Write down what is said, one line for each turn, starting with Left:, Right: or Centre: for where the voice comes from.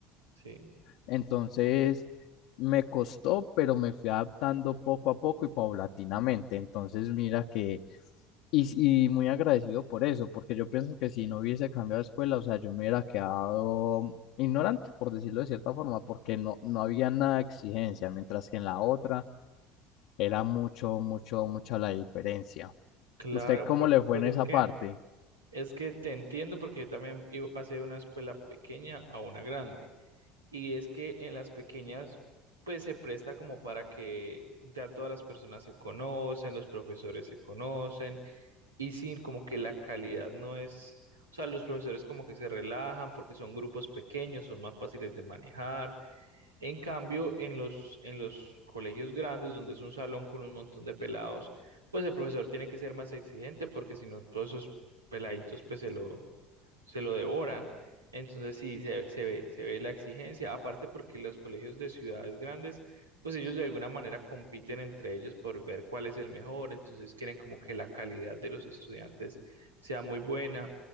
Right: Sí,
Left: entonces, me costó, pero me fui adaptando poco a poco y paulatinamente. Entonces, mira que, y, y muy agradecido por eso, porque yo pienso que si no hubiese cambiado de escuela, o sea, yo me hubiera quedado ignorante, por decirlo de cierta forma, porque no, no había nada de exigencia, mientras que en la otra era mucho, mucho, mucha la diferencia.
Right: claro,
Left: ¿Usted cómo
Right: pues,
Left: le fue
Right: porque
Left: en esa
Right: es que
Left: parte?
Right: es que te entiendo porque yo también iba, pasé de una escuela pequeña a una grande. Y es que en las pequeñas, pues se presta como para que ya todas las personas se conocen, los profesores se conocen, y sin como que la calidad no es, o sea, los profesores como que se relajan porque son grupos pequeños, son más fáciles de manejar En cambio, en los, en los colegios grandes, donde es un salón con un montón de pelados, pues el profesor tiene que ser más exigente porque si no, todos esos peladitos pues se lo, se lo devoran. Entonces sí, se, se ve, se ve la exigencia, aparte porque los colegios de ciudades grandes, pues ellos de alguna manera compiten entre ellos por ver cuál es el mejor, entonces quieren como que la calidad de los estudiantes sea muy buena.